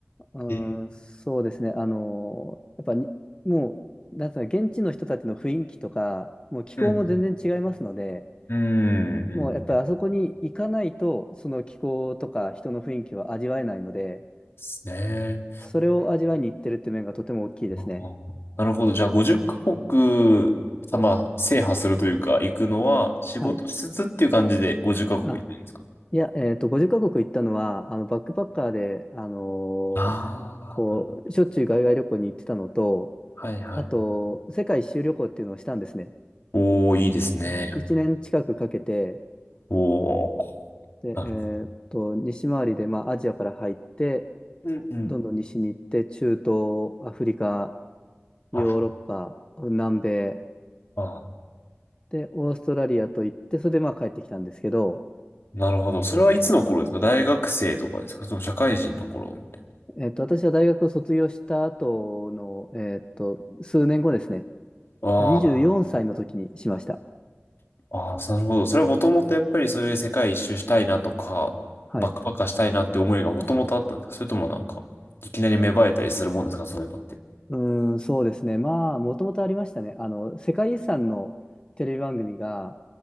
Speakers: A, on the left; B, on the left.
A: うん、
B: え、
A: そうですね。あの、やっぱに、もう、なんつうの、現地の人たちの雰囲気とか、もう気候も全然違いますので、
B: うんうん。うん、
A: もうやっぱりあそこに行かないと、
B: うん。で
A: その気候とか人の雰囲気は味わえないので、
B: すね。
A: それを味わいに行ってるっていう面がとても大きいですね。
B: あーなるほど。じゃあ、50カ国、さ、まあ、制覇するというか、行くのは、仕事しつつっていう感じで50カ国行ったんですか
A: はい。あいや、えっと、50カ国行ったのは、あの、バックパッカーで、あの
B: ああー、
A: ーこう、
B: なるほ
A: しょっちゅう海外旅行に行ってたのと、
B: ど。はいはい。
A: あと、世界一周旅行っていうのをしたんですね。
B: おー、いいですね。
A: えっと、1年近くかけて、
B: おー。
A: で、
B: なる
A: えっと、西回りで、まあ、アジアから入って、
B: うんうん。
A: どんどん西に行って、中東、アフリカ、ヨーロッパ、
B: あ、
A: 南米、
B: あ
A: で、オーストラリアと行って、それで、まあ、帰ってきたんですけど、
B: ー、なるほど。それはいつの頃ですか大学生とかですかその社会人の頃みたい
A: えっと、私は大学を卒業した後の、えっと、数年後ですね、
B: な。
A: 24歳の時にしました。
B: あーあー、なるほど。それはもともとやっぱりそういう世界一周したいなとか、
A: はい。
B: バックパッカーしたいなって思いがもともとあったんですかそれともなんか、いきなり芽生えたりするもんですかそういうのって。
A: うーん、そうですね。まあ、もともとありましたね。あの、世界遺産のテレビ番組が、